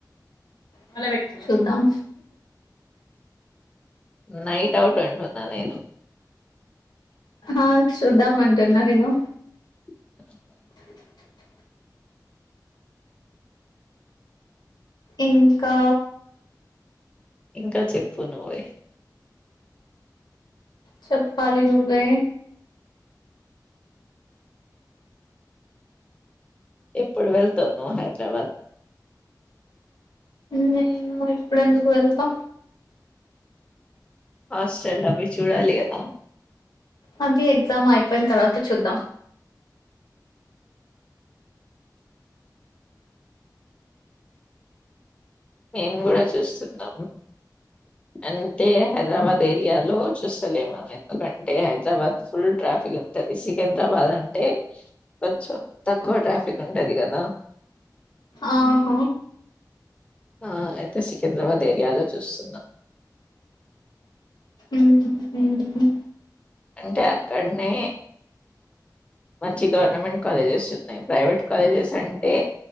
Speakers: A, on the left; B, on the left.
A: మల్ల పెట్టినవా చద్దాం
B: నైట్ అవుట్ అవుట్ అంటున్నా నేను
A: ఆ చూద్దాం అంటున్నా నేను
B: <inaudible>
A: <inaudible> ఇంకా
B: ఇంకా చెప్పు నువ్వే
A: చెప్పాలి నువ్వే
B: ఇప్పుడు వెళ్తావు నువ్వు హైదరాబాద్
A: నేను ఇప్పుడు ఎందుకు వెళ్లుతా
B: హాస్టల్ అవి చూడాలి కదా
A: అంటే ఈ ఎగ్జామ్ అయిపోయిన తర్వాత చూద్దాం
B: మేము కూడా చూస్తున్నాము అంటే హైదరాబాద్ ఏరియాలో చూస్తలేముం ఎందుకంటే హైదరాబాద్ ఫుల్ ట్రా ఇగ ఉంటది సికింద్రాబాద్ అంటే కొంచెం తక్కువ ట్రాఫిక్ ఉంటది కదా
A: ఆహ
B: ఆ అయితే సికింద్రాబాద్ ఏరియాలో చూస్తున్నా
A: ఉహు
B: అంటే అక్కడనే మంచి గవర్నమెంట్ కాలేజెస్ ఉన్నాయి ప్రైవేట్ కాలేజెస్ అంటే